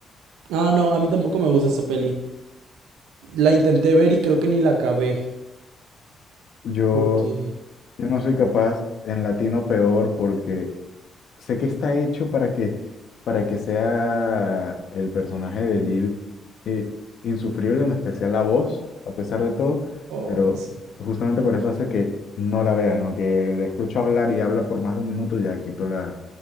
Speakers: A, on the right (about 80°); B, on the left (about 65°).
A: Ah, no, a mí tampoco me gusta esa peli. La intenté ver y creo que ni la acabé.
B: Yo,
A: Porque,
B: yo no soy capaz en latino peor porque sé que está hecho para que, para que sea el personaje de Jill eh, insufrible, en especial la voz, a pesar de todo,
A: ay,
B: pero
A: sí.
B: justamente por eso hace que no la vean, lo que le escucho hablar y habla por más de un minuto, ya quito la...